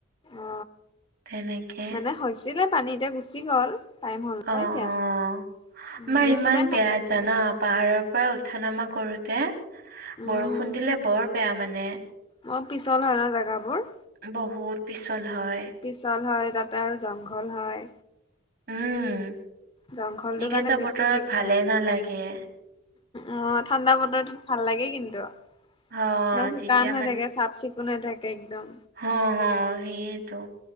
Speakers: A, on the left; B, on the right.
A: অ
B: তেনেকে
A: মানে হৈছিলে পানী এতিয়া গুচি গ'ল। টাইম হ'ল
B: অ
A: ন
B: অ আমাৰ
A: এতিয়া উম বেছি
B: ইমান
A: টাইম
B: বেয়া
A: নাথাকে
B: জানা পাহাৰৰ পৰা উঠা নামা কৰোতে
A: উম
B: বৰষুণ দিলে বৰ বেয়া মানে
A: মই পিছল হয় ন জেগাবোৰ
B: বহুত পিছল হয়,
A: পিছল হয় তাতে আৰু জংঘল হয়।
B: উম এইকেইটা
A: জংঘলটোৰ কাৰণে বেছি
B: বতৰত
A: দিগদাৰ
B: ভালে নালাগে।
A: অ ঠাণ্ডা বতৰত ভাল লাগে কিন্তু
B: অ
A: একদম শুকান
B: তেতিয়া
A: হৈ থাকে চাফ চিকুণ হৈ থাকে একদম
B: অ হয় সেইয়েটো